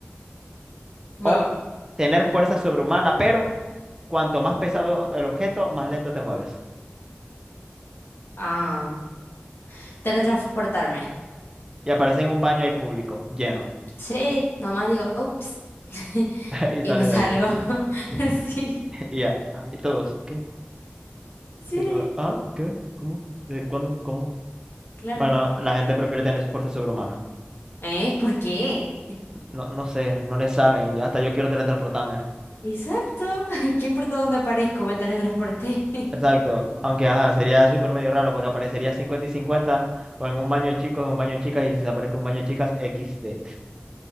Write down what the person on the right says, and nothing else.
O tener fuerza sobrehumana, pero cuanto más pesado el objeto, más lento te mueves.
Y aparece en un baño ahí público, lleno.
<laughs> Y sales
de ahí.
<laughs> Y ya. Ah, Y todos, ¿qué?
Y luego, ¿ah? ¿Qué? ¿Cómo? Eh, ¿Cuándo? ¿Cómo?
Bueno, la gente prefiere tener su fuerza sobrehumana.
No, no sé, no le saben. ya Hasta yo quiero teletransportarme.
Exacto. Aunque, ajá, sería súper medio raro porque aparecería 50 y 50 o en un baño de chicos, en un baño de chicas y si se aparece un baño de chicas, XD.